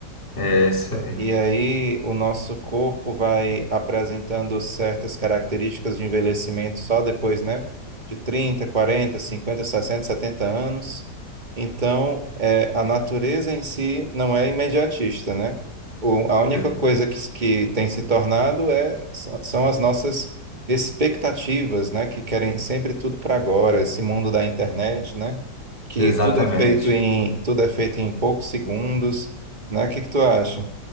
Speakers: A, on the left (about 30°); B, on the right (about 25°).
A: é é isso aí.
B: E aí o nosso corpo vai apresentando certas características de envelhecimento só depois, né? De 30, 40, 50, 60, 70 anos. Então, é, a natureza em si não é imediatista, né? O- a única
A: Ex-
B: coisa que, que tem se tornado é, s- são as nossas expectativas, né? Que querem sempre tudo para agora, esse mundo da internet, né? Que
A: Exatamente.
B: tudo é feito em, tudo é feito em poucos segundos, né? O que que tu acha?